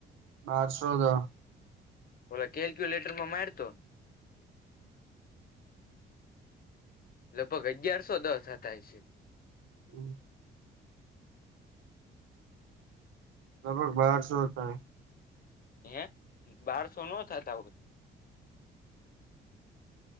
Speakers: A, on the right; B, on the left.
A: બારસો દહ.
B: ભલા કેલ્ક્યુલેટર માં મારતો. લગભગ અગિયારસો દ થતા હસે.
A: હમ. લગભગ બહાર સો થાય.
B: હે, બારસો ન થતા હોય.